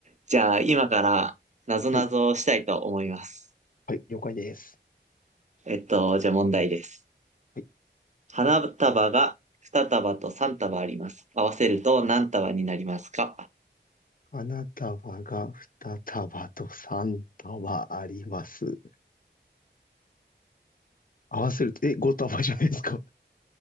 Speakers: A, on the right; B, on the left.
A: じゃあ、今から、なぞなぞをしたいと思います。
B: はい、はい、了解です。
A: えっと、じゃあ問題です。
B: はい、
A: 花束が2束と3束あります。合わせると何束になりますか
B: 花束が2束と3束あります。合わせると、え、5束じゃないですか。<laughs>